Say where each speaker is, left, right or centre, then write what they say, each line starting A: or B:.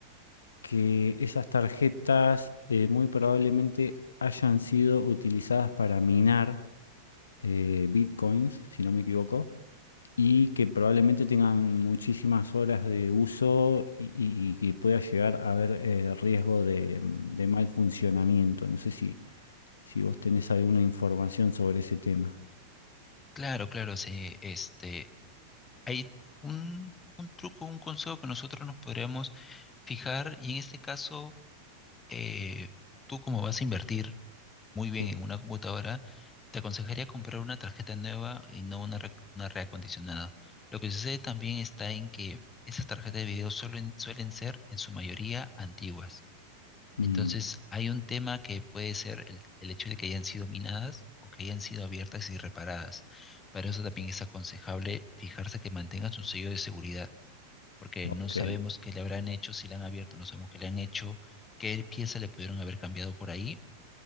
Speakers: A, on the left; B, on the left.
A: que esas tarjetas eh, muy probablemente hayan sido utilizadas para minar eh, bitcoins, si no me equivoco, y que probablemente tengan muchísimas horas de uso y, y- y que pueda llegar a haber eh, riesgo de, de mal funcionamiento. No sé si, si vos tenés alguna información sobre ese tema.
B: claro, claro, se, este, hay un, un truco, un consejo que nosotros nos podríamos fijar y en este caso, eh, tú como vas a invertir, muy bien
A: Sí.
B: en una computadora, te aconsejaría comprar una tarjeta nueva y no una, re- una reacondicionada. Lo que sucede también está en que esas tarjetas de video suelen, suelen ser en su mayoría antiguas.
A: Mm,
B: Entonces, hay un tema que puede ser el, el hecho de que hayan sido minadas o que hayan sido abiertas y reparadas. Para eso también es aconsejable fijarse que mantengas un sello de seguridad, porque
A: ok.
B: no sabemos qué le habrán hecho, si la han abierto, no sabemos qué le han hecho, qué pieza le pudieron haber cambiado por ahí